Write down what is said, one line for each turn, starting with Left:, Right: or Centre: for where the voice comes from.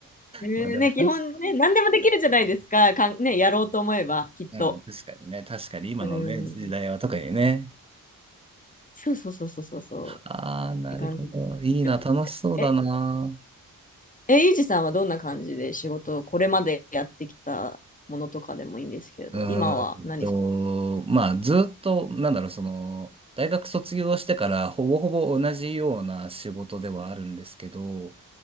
Left: えーね、
Right: まあでも確か、
Left: 基本ね、何でもできるじゃないですか、かん、ね、やろうと思えば、きっと。
Right: うん、確かにね、確かに今のね、
Left: うん。
Right: 時代は特にね。
Left: そうそうそうそうそうそう。
Right: ああ、なるほど。
Left: って感じでやってて。
Right: いいな、楽しそうだな。
Left: え、え、ゆうじさんはどんな感じで仕事をこれまでやってきたものとかでもいいんですけれど、
Right: うーんと、
Left: 今は何さ
Right: まあ、ずっと、なんだろう、その、大学卒業してからほぼほぼ同じような仕事ではあるんですけど、